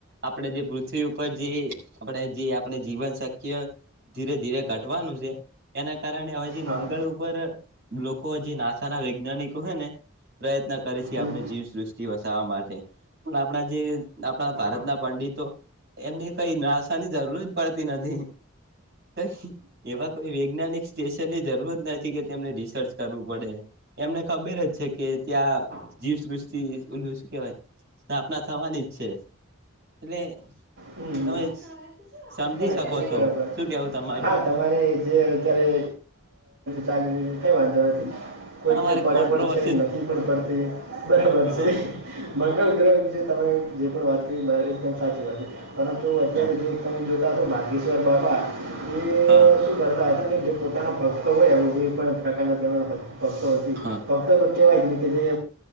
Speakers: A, on the right (about 50°); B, on the right (about 80°).
A: આપણે જે પૃથ્વી ઉપર જે આપણે જે આપણે જીવન શક્ય ધીરે -ધીરે ઘટવાનું છે એના કારણે હવે
B: હા
A: મંગળ ઉપર લોકો જે નાસાના વૈજ્ઞાનિકો હોયને પ્રયત્ન કર. આપણે
B: હમ
A: જીવ સૃષ્ટિ વસાવવા માટે પણ આપણા જે આપણા ભારતના પંડિતો એમને કઈ નિરાશાની જરૂર જ પડતી નથી. ક એવા કોઈ વૈજ્ઞાનિક સ્ટેશનની જરૂર જ નથી કે તેમને રિસર્ચ કરવું પડે. એમને ખબર જ છે કે ત્યાં જીવસૃષ્ટિ ઓલું શું કેવાય સ્થાપના થવાની જ છે. એટલે
B: હમ.
A: તમે સમજી
B: હા
A: શકો
B: એ
A: છો
B: બરાબર
A: શું કેવું? તમારું
B: હા તમારે જે અત્યારે ચ કઈ વાંધોવાથી. કોઈકને
A: તમારે
B: પડે
A: કોન્ટ્રોવર્સી
B: પણ છે નથી પણ પડતી બરાબર
A: હા
B: છે મંગલ ગ્રહ છે તમે જે પણ વાત છે એકદમ સાચી વાત છે પરંતુ અત્યારે
A: હા
B: જે તમે જોતા હશોાર બાાગેશ્વર બાબા એ
A: હા
B: શું કરતા કે પોતાના ભક્તો હોય આવું જે પણ કાનાહેના ભક્તો હતી
A: હા
B: ફક્તો નથી. કેવાય ને કે જે